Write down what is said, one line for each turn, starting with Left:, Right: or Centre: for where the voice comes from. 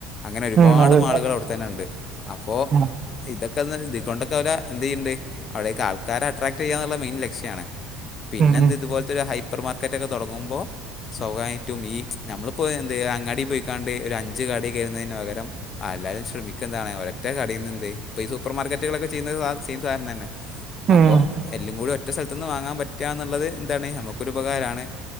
Left: അങ്ങനെ ഒര്പാട്
Right: ഉം അതെ
Left: മാളുകൾ അവടെത്തന്നെണ്ട് അപ്പോ
Right: ഉം
Left: ഇതൊക്കെ <unintelligible> കൊണ്ടൊക്കെവ്ടെ എന്ത്‌ ചെയ്ണ്ട് അവിടയേക് ആൾക്കാരെ അട്രാക്ട് ചെയ്യാന്ന്ള്ള മെയിൻ ലക്ഷ്യാണ് പിന്നെ
Right: ഉം
Left: എന്ത് ഇതുപോലത്തെരു ഹൈപ്പർ മാർക്കറ്റ് ഒക്കെ തുടങ്ങുമ്പോ സ്വകായിട്ടും ഈ ഞമ്മളിപ്പോ എന്ത അങ്ങാടി പോയിക്കാണ്ട് ഒരു അഞ്ച് കടെ കേറൂന്നേന് പകരം ആ എല്ലാരും ശ്രമിക്ക എന്താണ് ഒരറ്റ കടയുന്നെന്ത് ഇപ്പൊ ഈ സൂപ്പർമാർക്കറ്റുകളൊക്കെ ചെയ്യുന്നത് സാ സെയിം സാധനം തന്നെ
Right: ഉം
Left: അപ്പോ
Right: ഉം
Left: എല്ലും കൂടി ഒറ്റ സ്ഥലത്തുന്ന് വാങ്ങാൻ പ റ്റന്ന്ള്ളത് ന്താണ് നമുക്കൊരുപകാരണ്.